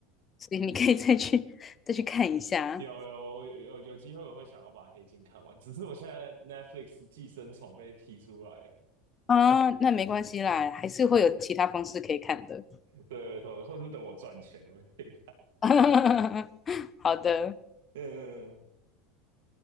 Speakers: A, on the left; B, on the right.
A: 所以你可以再去再去看一下
B: 有有有有有机会我会想要把《黑镜》看完，只是我现在 Netflix《寄生虫》被踢出来，
A: 啊，那没关系啦，还是会有其他方式可以看的。
B: <laughs> 对，对或是等我赚钱了我就可以看。
A: <laughs> 好的，
B: 嗯，嗯嗯